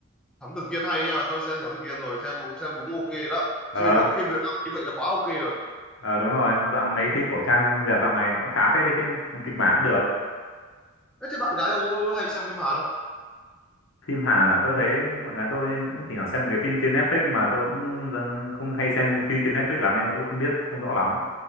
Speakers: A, in the centre; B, on the left (about 70°).
A: thám tử Kiên hay nha tôi xem thám tử Kiên rồi xem xem đúng ok đó
B: Ờ,
A: phim Việt phim Việt Nam như vậy là quá ok rồi
B: ờ đúng rồi, dạo mấy cái phim cổ trang Việt dạo này nó cũng khá phết đấy chứ, kịch bản cũng được.
A: thế, thế bạn gái ông có hay xem phim Hàn không
B: Phim Hàn là tôi thấy à, tôi cũng thỉnh thoảng xem mấy cái phim trên Netflix mà tôi cũng dần- không hay xem phim trên Netflix lắm nên tôi cũng không biết không rõ lắm.